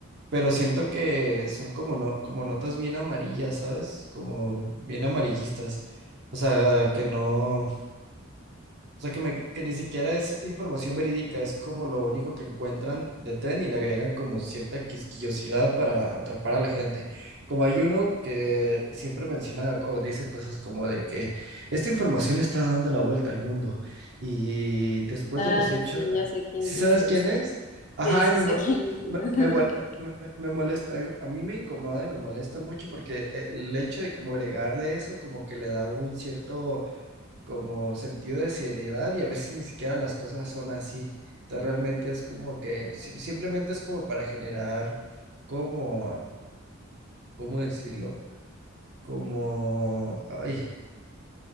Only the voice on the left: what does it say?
Ah,
sí, ya sé quién
dices.
Sí, sí
sé
quién dices.
<laughs>